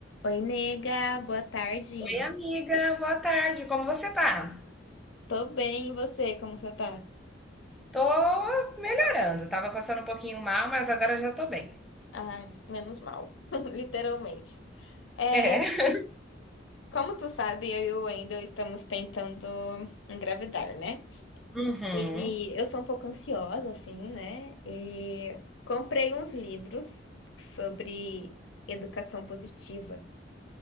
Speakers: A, on the left; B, in the centre.
A: Oi, nega, boa tarde.
B: Oi, amiga, boa tarde. Como você tá?
A: Tô bem, e você? Como você tá?
B: Tô melhorando. Tava passando um pouquinho mal, mas agora já tô bem.
A: Ai, menos mal, <laughs> literalmente. É,
B: É.
A: como tu sabe, eu e o Wendel estamos tentando engravidar, né?
B: Uhum.
A: E eu sou um pouco ansiosa, assim, né? E comprei uns livros sobre educação positiva.